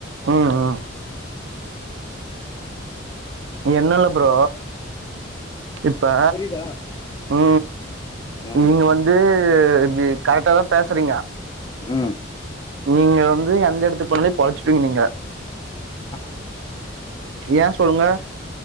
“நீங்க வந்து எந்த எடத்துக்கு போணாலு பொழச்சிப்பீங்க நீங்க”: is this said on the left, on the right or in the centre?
Right